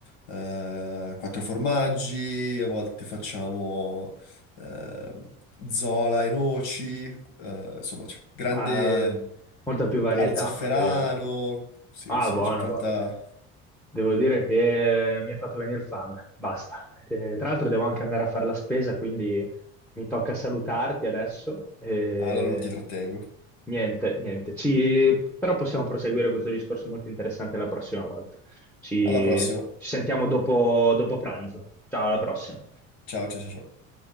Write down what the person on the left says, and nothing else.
eh, quattro formaggi, a volte facciamo eh, zola e noci, eh, insomma, c'è grande
allo zafferano,
sì,
sì,
c'è tanta...
Ah, Allora non ti trattengo.
Alla prossima.
Ciao, ciao, ciao. ciao.